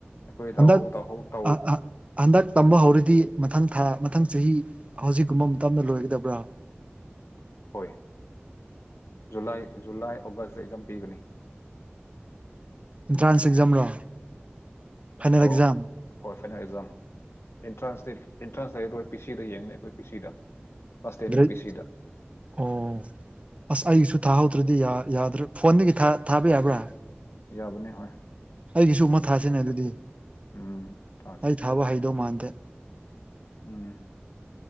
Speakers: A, on the left (about 90°); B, on the right (about 30°).
A: ꯑꯩꯈꯣꯏ
B: ꯍꯟꯗꯛ
A: ꯇꯧꯍꯧ ꯇꯧꯍꯧ ꯇꯧ
B: ꯑ ꯑ ꯍꯟꯗꯛ ꯇꯝꯕ ꯍꯧꯔꯗꯤ ꯃꯊꯪ ꯊꯥ ꯃꯊꯪ ꯆꯍꯤ ꯍꯧꯖꯤꯛꯀꯨꯝꯕ ꯃꯇꯝꯗ ꯂꯣꯏꯒꯗꯕ꯭ꯔꯥ
A: ꯍꯣꯏ ꯖꯨꯂꯥꯏ ꯖꯨꯂꯥꯏ ꯑꯣꯒꯁꯇ ꯏꯛꯖꯝ ꯄꯤꯒꯅꯤ
B: ꯑꯦꯟꯇ꯭ꯔꯥꯟꯁ ꯑꯦꯛꯖꯥꯝꯔꯣ ꯐꯥꯏꯅꯦꯜ
A: ꯑꯣ
B: ꯑꯦꯛꯖꯥꯝ
A: ꯍꯣꯏ ꯐꯥꯏꯅꯥꯜ ꯑꯦꯛꯖꯥꯝ ꯑꯦꯟꯇ꯭ꯔꯥꯟꯁ ꯇꯤ ꯑꯦꯟꯇ꯭ꯔꯥꯟꯁ ꯂꯩꯔꯣꯏ ꯄꯤ ꯁꯤꯗ ꯌꯦꯡꯉꯅꯤ ꯑꯩꯈꯣꯏ ꯄꯤ ꯁꯤꯗ ꯀ꯭ꯂꯥꯁ ꯇꯦꯟꯒꯤ
B: ꯒ꯭ꯔꯦꯠ
A: ꯄꯤ ꯁꯤꯗ
B: ꯑꯣ ꯑꯁ ꯑꯩꯁꯨ ꯊꯥꯍꯧꯗ꯭ꯔꯗꯤ ꯌꯥ ꯌꯥꯗ꯭ꯔꯦ ꯐꯣꯟꯗꯒꯤ ꯊꯥ ꯊꯥꯕ ꯌꯥꯕ꯭ꯔꯥ
A: ꯌꯥꯕꯅꯦ ꯍꯣꯏ
B: ꯑꯩꯒꯤꯁꯨ ꯑꯃ ꯊꯥꯁꯤꯅꯦ ꯑꯗꯨꯗꯤ
A: ꯎꯝ ꯊꯥꯁꯦ
B: ꯑꯩ ꯊꯥꯕ ꯍꯩꯗꯧ ꯃꯥꯟꯗꯦ
A: ꯎꯝ